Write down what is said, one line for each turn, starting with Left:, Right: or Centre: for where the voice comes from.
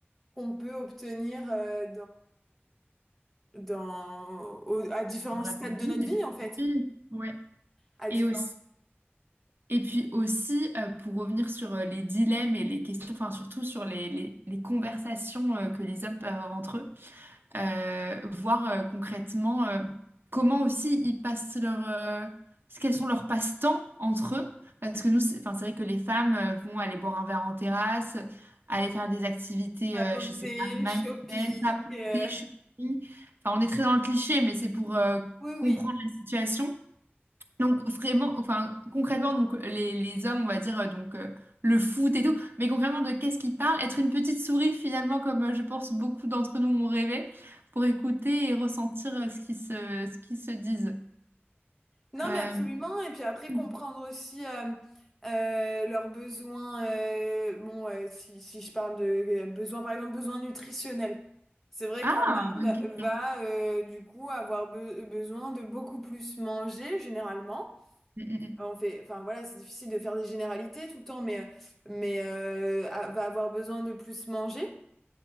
Centre: qu'on peut obtenir euh, dans, au- à différents
Right: Dans
Centre: stades
Right: la famille.
Centre: de notre vie, en fait.
Right: Oui. Ouais.
Centre: À
Right: Et
Centre: différents
Right: aussi, et puis aussi, euh, pour revenir sur euh, les dilemmes et les questions, enfin surtout sur les, les- les conversations euh, que les hommes peuvent avoir entre eux, euh, voir euh, concrètement euh, comment aussi ils passent leur, euh, ce- quels sont leurs passe-temps entre eux. Parce que nous, c'est, enfin, c'est vrai que les femmes euh, vont aller boire un verre en terrasse, aller faire des activités,
Centre: papoter,
Right: euh, je sais pas, manuelles,
Centre: shopping.
Right: papoter,
Centre: euh,
Right: shopping. Enfin, on est très dans le cliché, mais c'est pour euh,
Centre: Oui,
Right: comprendre
Centre: oui.
Right: la situation. Donc vraiment, enfin concrètement, donc les, les hommes, on va dire euh, donc euh, le foot et tout, mais concrètement de qu'est-ce qu'ils parlent? Être une petite souris finalement, comme euh, je pense beaucoup d'entre nous m'ont rêvé, pour écouter et ressentir euh, ce qui se, ce qu'ils se disent.
Centre: Non,
Right: Euh,
Centre: mais absolument.
Right: <laughs>
Centre: Et puis après, comprendre aussi euh, euh, leurs besoins. euh, bon, euh, si, si je parle de euh, besoins, par exemple, besoins nutritionnels. C'est vrai
Right: Ah,
Centre: qu'un homme
Right: bonne question.
Centre: va euh, du coup avoir be- besoin de beaucoup plus manger généralement.
Right: Mm,
Centre: On fait, enfin voilà, c'est difficile de faire des généralités tout le temps, mais, mais euh, a- va avoir besoin de plus manger.